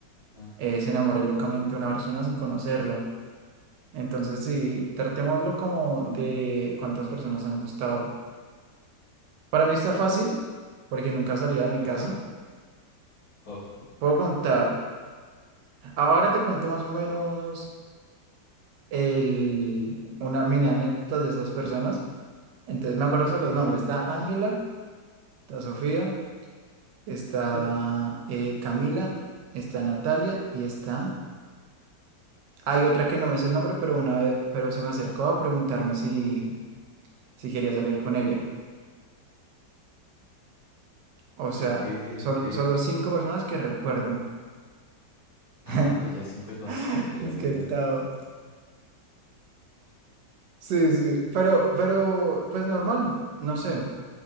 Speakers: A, on the left; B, on the right.
A: Ah,
B: eh, se enamore locamente de una persona sin conocerla. Entonces, sí, tratémoslo como de cuántas personas han gustado. Para mí está fácil porque nunca salía de mi
A: ok.
B: casa.
A: Oh,
B: Puedo contar. Ahora te cuento más o menos. el, una mini anécdota de esas personas. Entonces me acuerdo
A: ok,
B: de los nombres.
A: ok.
B: Está Ángela, está Sofía, está
A: <laughs>
B: eh, Camila, está Natalia y está... Hay otra que no me sé el nombre, pero una vez, pero se me acercó a preguntarme si, si quería salir con ella. O sea,
A: Ok,
B: sol-
A: ok.
B: solo cinco personas que recuerdo.
A: Ah,
B: <laughs>
A: pues ya cinco es bastante,
B: Disque
A: la verdad.
B: octavo. Sí, sí, pero, pero, pues normal, no sé.